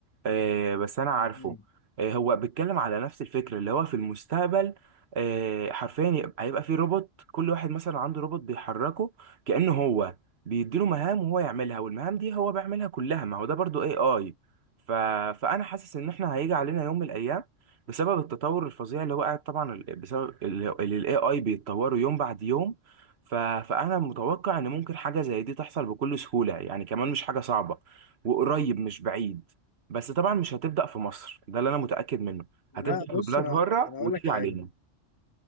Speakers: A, on the right; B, on the left.
A: آه بس أنا عارفه
B: مم.
A: آه هو بيتكلم على نفس الفكرة اللي هو في المستقبل آه حرفيا يبقى- هيبقى فيه روبوت كل واحد مثلا عنده روبوت بيحركه كأنه هو بيديله مهام وهو يعملها والمهام دي هو بيعملها كلها ما هو ده برضو اي اي ف... فأنا حاسس إن إحنا هيجي علينا يوم من الأيام بسبب التطور الفظيع اللي هو قاعد طبعا ال- بسبب ال- اللي الاي اي بيتطوروا يوم بعد يوم ف... فانا متوقع ان ممكن حاجه زي دي تحصل بكل سهوله يعني كمان مش حاجه صعبه وقريب مش بعيد بس طبعا مش هتبدا في مصر ده اللي انا متاكد منه
B: لا
A: هتبدا
B: بص
A: في بلاد
B: انا
A: بره
B: انا
A: وتيجي
B: اقول لك حاجة
A: علينا